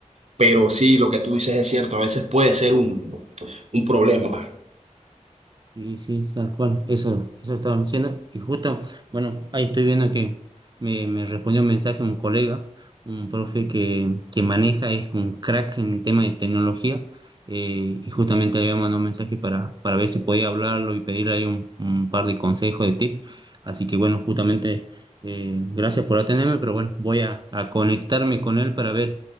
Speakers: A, on the right; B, on the right.
A: Pero sí, lo que tú dices es cierto, a veces puede ser un, un problema.
B: Sí, sí, tal cual, eso, eso estaba diciendo. Y justo, bueno, ahí estoy viendo que me, me respondió un mensaje un colega, un profe que, que maneja, es un crack en tema de tecnología, eh, y justamente le había mandado un mensaje para, para ver si podía hablarlo y pedirle ahí un, un par de consejos, de tips. Así que bueno, justamente, eh, gracias por atenderme, pero bueno, voy a, a conectarme con él para ver